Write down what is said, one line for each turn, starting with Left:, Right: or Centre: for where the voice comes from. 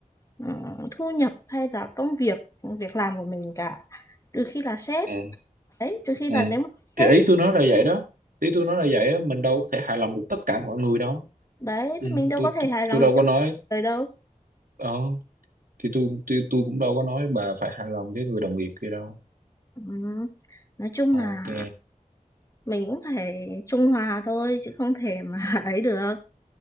Left: ừ, thu nhập hay là công việc việc làm của mình cả trừ khi là sếp
Right: ừ
Left: đấy trừ khi
Right: ừ.
Left: là nếu mà
Right: thì
Left: sếp
Right: ý tôi nói là vậy đó ý tôi nói là vậy á mình đâu có thể hài lòng được tất cả mọi người đâu
Left: đấy
Right: ừ,
Left: thì mình đâu
Right: tôi,
Left: có thể
Right: tôi
Left: hài lòng
Right: tôi đâu
Left: được
Right: có
Left: tất
Right: nói
Left: cả mọi người đâu
Right: ờ thì tôi tôi tôi cũng đâu có nói bà phải hài lòng với người đồng nghiệp kia đâu
Left: ừ. nói chung
Right: ok
Left: là mình cũng phải trung hòa thôi chứ không thể mà <laughs> ấy được